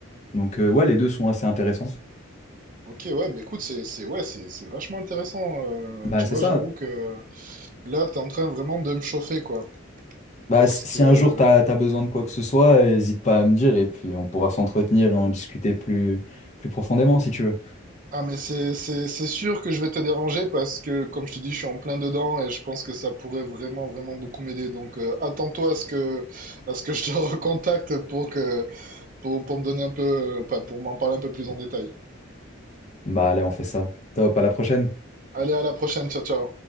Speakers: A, on the left; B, on the right.
A: Donc, euh, ouais, les deux sont assez intéressants.
B: Ok, ouais, bah écoute, c'est, c'est, ouais, c'est, c'est vachement intéressant. euh,
A: Bah,
B: tu
A: c'est
B: vois,
A: ça.
B: j'avoue que là, t'es en train vraiment de me chauffer, quoi.
A: Bah,
B: Parce
A: si
B: que,
A: si un jour tu as, besoin de quoi que ce soit, euh, hésite pas à me dire et puis on pourra s'entretenir et en discuter plus, plus profondément si tu veux.
B: Ah mais c'est c'est c'est sûr que je vais te déranger parce que comme je te dis je suis en plein dedans et je pense que ça pourrait vraiment vraiment beaucoup m'aider donc euh, attends-toi à ce que à ce que je te <laughs> recontacte pour que pour pour me donner un peu euh, enfin, pour m'en parler un peu plus en détail.
A: Bah, allez, on fait ça. Top, à la prochaine.
B: Allez à la prochaine ciao ciao.